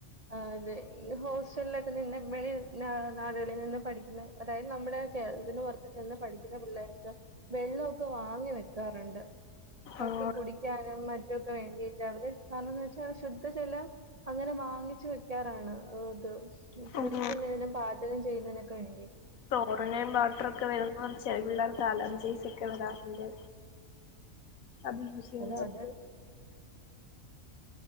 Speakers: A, on the right; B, on the left.
A: ആ ഇത് ഹോസ്റ്റലിലൊക്കെ നിന്ന് വഴി നാടുകളിൽ നിന്ന് പഠിക്കുന്ന അതായത് നമ്മുടെ കേരളത്തിന്റെ പുറത്ത നിന്ന് പഠിക്കുന്ന പിള്ളേർക്ക് വെള്ളമൊക്കെ വാങ്ങി വെക്കാറുണ്ട് അവർക്ക്
B: ആഹ്
A: കുടിക്കാനും മറ്റുമ ഒക്കെ വേണ്ടിട്ട് അവര് കാരണം ശുദ്ധജലം അങ്ങനെ വാങ്ങിച്ചു വെക്കാറാണ് ഇത് കുടിക്കുന്നതിനും
B: ഉം
A: പാചകം ചെയ്യുന്നതിനൊക്കെ വേണ്ടി
B: ോറങ്ങയും ബാട്ടർൊക്കെ വരുന്ന ചെില പിള്ളേർക്ക് അലർജീസ് ഒക്കെ വരാതിന്റെ
A: <inaudible>
B: അത് യൂസ് ചെയ്യുന്നർക്ക്
A: അത് അത്